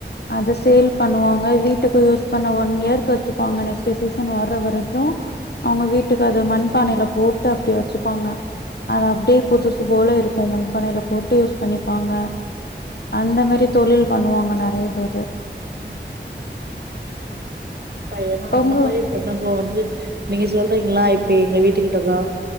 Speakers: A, on the left; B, on the right.
A: அத சேல் பண்ணுவாங்க வீட்டுக்கு யூஸ் பண்ண ஒன் இயர்க்கு வச்சுப்பாங்க நெக்ஸ்ட்டு சீசன் வர்ற வரைக்கோ அவுங்க வீட்டுக்கு அது மண்பானையில போட்டு அப்டி வச்சுப்பாங்க அது அப்டியே புதுசு போல இருக்கு மண்பானையில போட்டு யூஸ் பண்ணிப்பாங்க அந்த மாரி தொழில் பண்ணுவாங்க நெறைய பேரு
B: த ஏன்னா அந்த
A: உங்க
B: மாரி பண்ணப்போ வந்து நீங்க சொல்றீங்களா இப்ப எங்க வீட்டு கிட்டதா